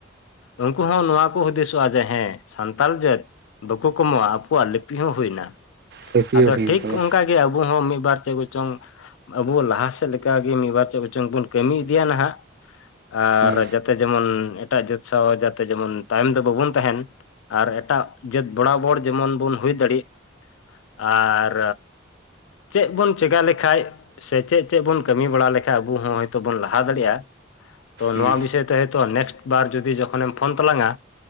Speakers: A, on the left; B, on the right.
A: ᱩᱱᱠᱩ ᱦᱚᱸ ᱱᱚᱣᱟ ᱠᱚ ᱦᱩᱫᱤᱥᱚᱜᱼᱟ ᱡᱮ ᱦᱮᱸ ᱥᱟᱱᱛᱟᱞ ᱡᱟᱹᱛ, ᱵᱟᱠᱚ ᱠᱚᱢᱚᱜᱣᱟ ᱟᱠᱚᱣᱟᱜ ᱞᱤᱯᱤ ᱦᱚᱸ ᱦᱩᱭᱱᱟ
B: ᱯᱟᱹᱛᱭᱟᱹᱣ
A: ᱟᱫᱚ
B: ᱦᱩᱭᱮᱱ
A: ᱴᱷᱤᱠ
B: ᱛᱟᱢᱟ
A: ᱚᱱᱠᱟᱼᱼ ᱟᱵᱚ ᱦᱚᱸ ᱢᱤᱫ ᱵᱟᱨ ᱪᱮᱫ ᱠᱚᱪᱚᱝᱼᱼ ᱟᱵᱚ ᱞᱟᱦᱟ ᱥᱮᱫ ᱞᱮᱠᱟᱜᱮ ᱢᱤᱫᱵᱟᱨ ᱪᱮᱫ ᱠᱪᱚᱝ ᱵᱚᱱ ᱠᱟᱹᱢᱤ ᱤᱫᱤᱭᱟ ᱦᱟᱜ ᱟᱨ
B: ᱦᱳᱭ
A: ᱡᱟᱛᱼᱼ ᱡᱟᱛᱮ ᱡᱮᱢᱚᱱ ᱮᱴᱟᱜ ᱡᱟᱹᱛ ᱥᱟᱶ ᱡᱟᱛᱮ ᱡᱮᱢᱚᱱ ᱛᱟᱭᱚᱢ ᱫᱚ ᱵᱟᱵᱚᱱ ᱛᱟᱦᱮᱱ ᱟᱨ ᱮᱴᱟᱜᱼᱼ ᱡᱟᱹᱛ ᱵᱚᱲᱟᱵᱚᱲ ᱡᱮᱢᱚᱱ ᱵᱚᱱ ᱦᱩᱭ ᱫᱟᱲᱮᱜ ᱟᱨᱼᱼ ᱪᱮᱫ ᱵᱚᱱ ᱪᱮᱠᱟ ᱞᱮᱠᱷᱟᱜᱼᱼ ᱥᱮ ᱪᱮᱫ ᱪᱮᱫ ᱵᱚᱱ ᱠᱟᱹᱢᱤ ᱵᱟᱲᱟ ᱞᱮᱠᱷᱟᱱ ᱟᱵᱚ ᱦᱚᱸ ᱦᱭᱛ ᱵᱚᱱ ᱞᱟᱦᱟ ᱫᱟᱲᱮᱭᱟᱜᱼᱟ᱾ ᱛᱚ ᱱᱚᱣᱟ
B: ᱦᱮᱸ
A: ᱵᱤᱥᱚᱭ ᱛᱮ ᱦᱚᱭᱛᱚ ᱱᱮᱠᱥᱴ ᱵᱟᱨ ᱡᱩᱫᱤ ᱡᱚᱠᱷᱚᱱᱮᱢ ᱯᱷᱳᱱ ᱛᱟᱞᱟᱝᱼᱟ᱾